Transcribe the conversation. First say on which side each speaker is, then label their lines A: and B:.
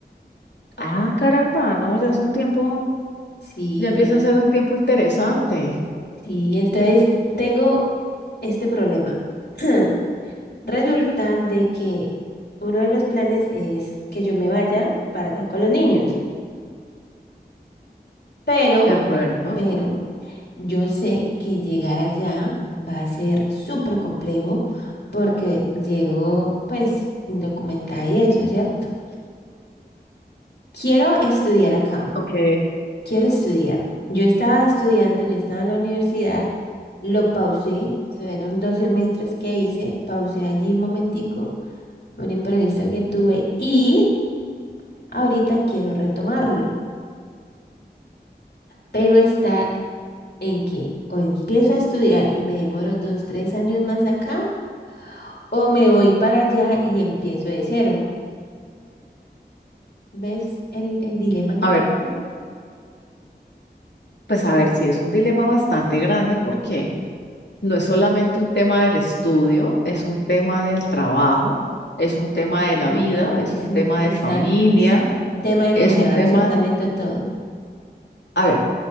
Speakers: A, on the left; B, on the left.
A: Ah, caramba, no, ya es un tiempo,
B: Sí,
A: ya empieza
B: ya.
A: a ser un tiempo interesante,
B: Sí, entonces tengo este problema. <clears throat> Resulta de que uno de los planes es que yo me vaya para allá con los niños. Pero,
A: ¿de acuerdo?
B: pero, yo sé que llegar allá va a ser súper complejo porque llego, pues, indocumentada y eso, ¿cierto? Quiero estudiar acá,
A: Ok,
B: quiero estudiar. Yo estaba estudiando, yo estaba en la universidad, lo pausé, fueron dos semestres que hice, pausé allí un momentico, un imprevisto que tuve y ahorita quiero retomarlo. pero estar en que o empiezo a estudiar y me demoro dos, tres años más acá, o me voy para allá y empiezo de cero. ¿Ves el, el dilema que
A: a
B: tengo?
A: ver, pues a ver, si es un dilema bastante grande porque no es solamente un tema del estudio, es un tema del trabajo, es un tema
B: Mm,
A: de la vida, es
B: Es
A: un tema
B: un, exacto,
A: de familia,
B: es un tema de
A: es
B: cambiar
A: un
B: absolutamente
A: tema de...
B: todo.
A: A ver,